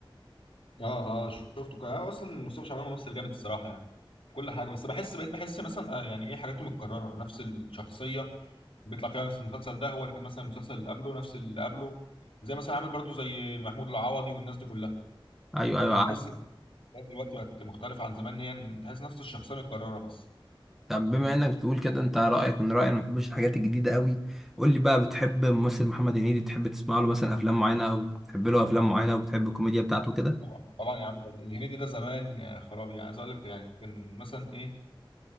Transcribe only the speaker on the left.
اه اه شفته كده آه، اصلا مصطفى شعبان ممثل جامد الصراحة يعني في كل حاجة بس بحس بقيت بحس مثلا آه يعني ايه حاجاته متكررة نفس الشخصية اللي بيطلع فيها نفس المسلسل ده هو اللي كان مثلا المسلسل اللي قبله نفس اللي قبله زي مثلا عامل برضو زي محمود العوضي والناس دي كلها
بقيت
بحس ان الشخصيات دلوقتي بقت مختلفة عن زمان إن هي تحس نفس الشخصية متكررة بس
طبعا طبعا يا عم الهنيدي ده زمان يا خرابي يعني عايز اقول لك يعني كان مثلا ايه